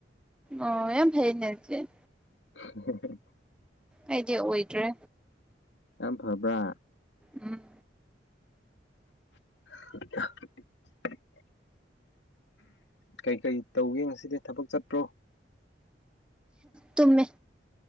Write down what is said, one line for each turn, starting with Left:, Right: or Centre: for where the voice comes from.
Centre: ꯑꯣ ꯌꯥꯝ ꯐꯩꯑꯅꯦ <unintelligible>
Left: <unintelligible>
Centre: ꯑꯩꯗꯤ ꯑꯣꯏꯗ꯭ꯔꯦ
Left: ꯌꯥꯝ ꯐꯕ꯭ꯔꯥ
Centre: ꯎꯝ
Left: <unintelligible> ꯀꯩ ꯀꯩ ꯇꯧꯒꯦ ꯉꯁꯤꯗꯤ ꯊꯕꯛ ꯆꯠꯄ꯭ꯔꯣ
Centre: ꯇꯨꯝꯃꯦ